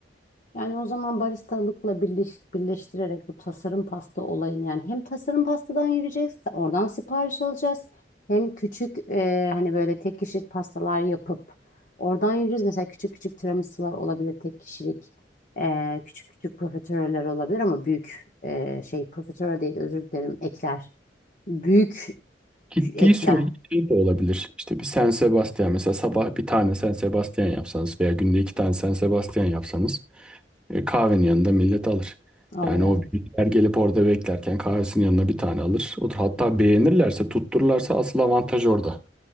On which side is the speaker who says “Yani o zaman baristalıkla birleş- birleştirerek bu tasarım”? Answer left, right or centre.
Left